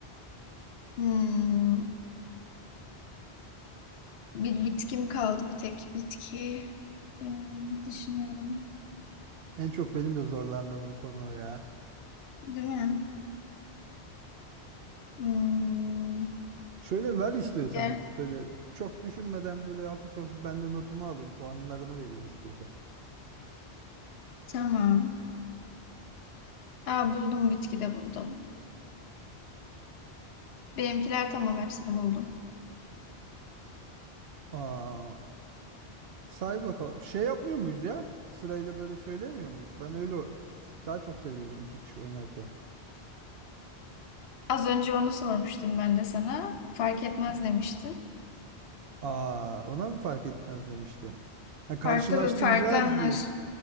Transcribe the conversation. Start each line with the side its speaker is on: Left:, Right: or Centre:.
Left: Hmm, bir bitkim kaldı bir tek bitki. Hmm, düşünüyorum.
Right: En çok benim de zorlandığım o konu o ya.
Left: Değil mi? Hmm,
Right: Şöyle ver istiyorsan
Left: Ye.
Right: böyle çok düşünmeden böyle hafif hafif ben de notumu alayım puanlarını vereyim istiyorsan.
Left: tamam. Aa, buldum bitkide buldum. Benimkiler tamam hepsini buldum.
Right: Aa, say bakalım. Şey yapmıyor muyuz ya? Sırayla böyle söylemiyor muyuz? Ben öyle o- daha çok seviyorum iki kişi oynarken.
Left: Az önce onu sormuştum ben de sana. Fark etmez demiştin.
Right: Aa, ona mı fark etmez demiştim. Ha, karşılaştıracağız
Left: Farklı bir farklı anlar.
Right: bir.